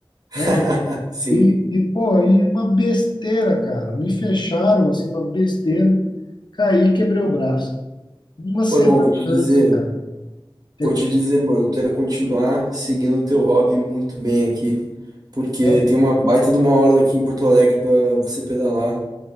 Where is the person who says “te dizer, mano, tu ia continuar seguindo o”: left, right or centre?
Right